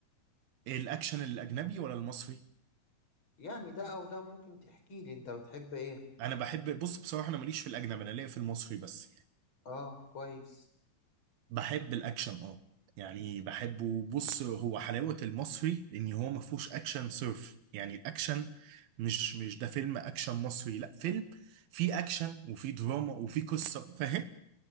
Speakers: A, on the right; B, on the left.
A: الأكشن الأجنبي ولا المصري؟
B: يعني ده او ده ممكن تحكي لي انت بتحب ايه
A: أنا بحب بص بصراحة أنا ماليش في الأجنبي أنا ليا في المصري بس يعني.
B: اه كويس
A: بحب الاكشن اه يعني بحبه بص هو حلاوة المصري ان هو ما فيهوش اكشن صرف يعني الاكشن مش مش ده فيلم اكشن مصري لا فيلم فيه اكشن وفيه دراما وفيه قصة فاهم